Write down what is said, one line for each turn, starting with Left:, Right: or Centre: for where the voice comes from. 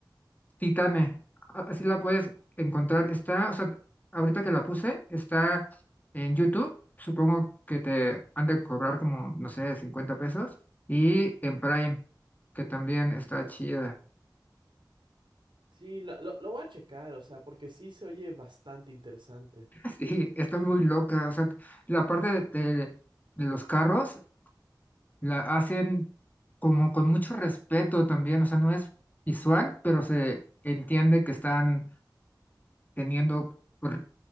Left: Titane, a- así la puedes encontrar. Está, o sea, ahorita que la puse, está en YouTube. Supongo que te han de cobrar como, no sé, 50 pesos. Y en Prime, que también está chida.
Right: Sí, lo, lo- lo voy a checar, o sea, porque sí se oye bastante interesante.
Left: <laughs> Sí, está muy loca. O sea, la parte de, de- de los carros la hacen como con mucho respeto también. O sea, no es visual, pero se entiende que están teniendo r-